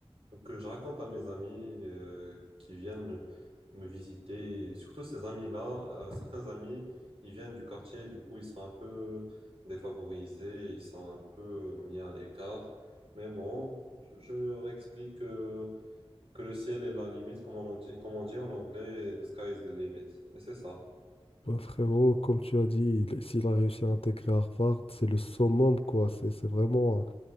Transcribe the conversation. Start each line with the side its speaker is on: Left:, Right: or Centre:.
Right: Donc, euh, je raconte à mes amis euh, qui viennent me visiter, et surtout ces amis-là, euh, certains amis, ils viennent du quartier, du coup, ils sont un peu défavorisés, ils sont un peu mis à l'écart. Mais bon, je, je leur explique euh, que le ciel est la limite, comme on, en dit, comme on dit en anglais, the sky is the limit. Et c'est ça.
Left: Bah, frérot, comme tu as dit, il- s'il a réussi à intégrer Harvard, c'est le summum, quoi. C'est c'est vraiment